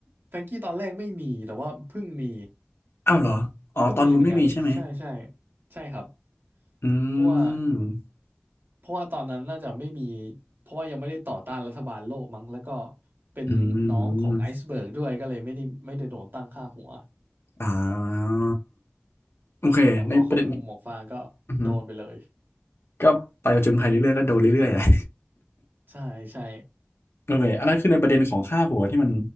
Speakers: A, on the right; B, on the left.
A: แฟรงกี้ตอนแรกไม่มีแต่ว่าเพิ่งมี
B: อ้าวเหรออ๋อตอนนู้นไม่มีใช่ไหม
A: เพิ่งมีเหมือนกันใช่ใช่ใช่ครับ
B: อื
A: เพราะว่า
B: ม
A: เพราะว่าตอนนั้นน่าจะไม่มีเพราะว่ายังไม่ได้ต่อต้านรัฐบาลโลกมั้งแล้วก็เป็นน้องของไอซ์เบิร์กด้วยก็เลยไม่ได้ไม่ได้โดนตั้งค่าหัว
B: อืมอ่าโอเคในประเด็น
A: แต่พอเข้ากลุ่มหมวกฟางก็โดนไปเลย
B: อือฮึก็ไปผจญภัยเรื่อยๆก็โดนเรื่อยๆแหละ
A: ใช่ใช่
B: โอเคอันนั้นคือในประเด็นของค่าหัวที่มัน